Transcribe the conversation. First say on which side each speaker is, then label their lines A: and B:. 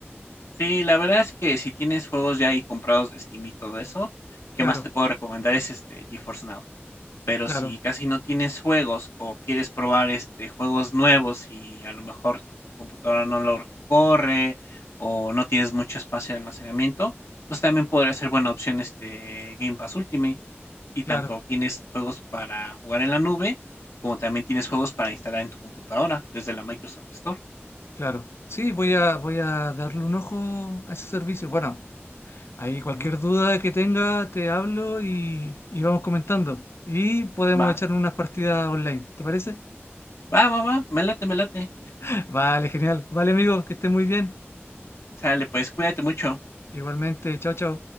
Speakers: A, on the left; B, on the left.
A: Sí, la verdad es que si tienes juegos ya ahí comprados de Steam y todo eso, ¿qué
B: Claro,
A: más te puedo recomendar? Es este GeForce Now. Pero
B: claro,
A: si casi no tienes juegos o quieres probar, este, juegos nuevos y a lo mejor tu computadora no lo corre o no tienes mucho espacio de almacenamiento, pues también podría ser buena opción, este, Game Pass Ultimate. Y
B: claro,
A: tanto tienes juegos para jugar en la nube, como también tienes juegos para instalar en tu computadora desde la Microsoft Store.
B: claro. Sí, voy a, voy a darle un ojo a ese servicio. Bueno. Ahí cualquier
A: Ujú.
B: duda que tenga, te hablo y, y vamos comentando. Y podemos
A: Va,
B: echar unas partidas online, ¿te parece?
A: va, va, va, me late, me late.
B: <laughs> Vale, genial. Vale, amigo, que estés muy bien.
A: Sale, pues cuídate mucho.
B: Igualmente, chao, chao.